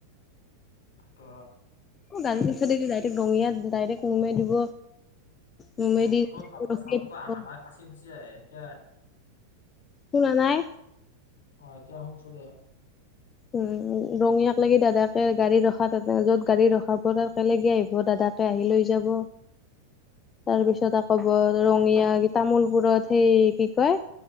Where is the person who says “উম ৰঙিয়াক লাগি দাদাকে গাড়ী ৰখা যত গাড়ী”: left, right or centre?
Left